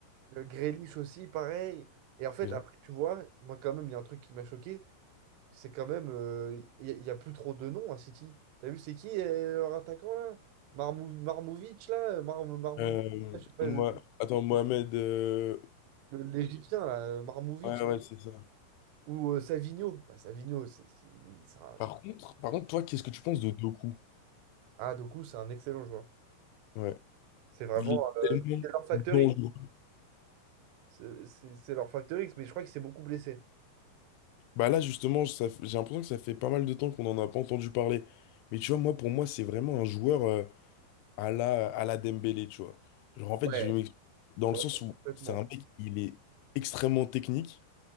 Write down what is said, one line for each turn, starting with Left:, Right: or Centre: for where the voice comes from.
Right: euh, Grealish aussi, pareil. Et en fait,
Left: c'est vrai.
Right: après, tu vois, moi, quand même, il y a un truc qui m'a choqué, c'est quand même. euh, Il n'y a, y a plus trop de noms à City. T'as vu, c'est qui euh, leur attaquant là? Marmou Marmovic là? euh, Mar Marmou-
Left: Euh,
Right: je sais pas,
Left: moi,
Right: euh,
Left: attends, Mohamed... euh,
Right: le- l'Égyptien là, euh, Marmovic.
Left: Ouais, ouais, c'est ça.
Right: Ou euh, Savigno. Bah, Savigno, c'est c'est- c'est un.
Left: Par contre, par contre, toi, qu'est-ce que tu penses de Doku?
Right: Ah, Doku, c'est un excellent joueur.
Left: Ouais.
Right: C'est vraiment.
Left: Il est
Right: euh,
Left: tellement
Right: c'est leur facteur
Left: dangereux.
Right: X. C'est c'est- c'est leur facteur X, mais je crois qu'il s'est beaucoup blessé.
Left: Bah là, justement, ça f- j'ai l'impression que ça fait pas mal de temps qu'on n'en a pas entendu parler. Mais tu vois, moi, pour moi, c'est vraiment un joueur euh, à la, à la Dembélé, tu vois. Genre, en fait,
Right: Ouais.
Left: je m'explique. Dans
Right: Ouais,
Left: le sens où
Right: complètement.
Left: c'est un mec, il est extrêmement technique,